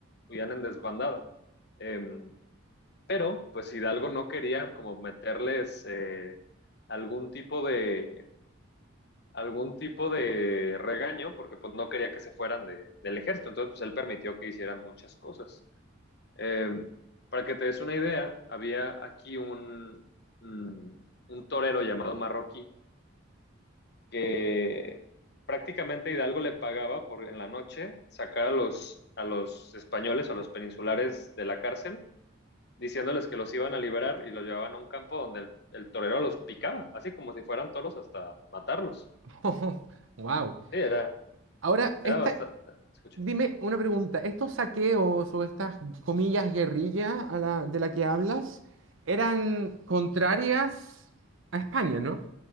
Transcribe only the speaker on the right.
<laughs> Wow.
Ahora,
esta,
dime una pregunta. ¿Estos saqueos o estas comillas guerrilla a la, de la que hablas eran contrarias a España, ¿no?